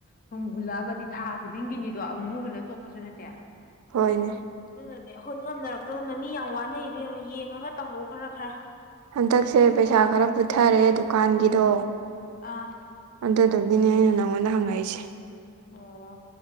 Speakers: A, on the left; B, on the right.
A: ꯁꯨꯝ ꯍꯨꯜꯂꯛꯑꯒꯗꯤ ꯊꯥ ꯈꯨꯗꯤꯡꯒꯤꯅꯤꯗꯣ ꯑꯃꯨꯛ ꯃꯨꯛ ꯍꯨꯜꯂꯒ ꯇꯣꯛꯄꯁꯨ ꯅꯠꯇꯦ
B: ꯍꯣꯏꯅꯦ
A: ꯑꯗꯨꯅꯅꯦ ꯑꯈꯣꯏ ꯉꯝꯅꯔꯛꯇꯗꯅ ꯃꯤ ꯌꯥꯝ ꯋꯥꯅꯩ ꯏꯕꯦꯝꯃ ꯌꯦꯡꯉꯒ ꯇꯝꯃꯣ ꯈꯔ ꯈꯔ
B: ꯍꯟꯇꯛꯁꯦ ꯄꯩꯁꯥ ꯈꯔ ꯄꯨꯊꯔꯦ ꯗꯨꯀꯥꯟꯒꯤꯗꯣ
A: ꯑꯥ
B: ꯑꯗꯨꯗꯨꯒꯤꯅꯦ ꯑꯩꯅ ꯅꯪꯉꯣꯟꯗ ꯍꯪꯉꯛꯏꯁꯦ
A: ꯑꯣ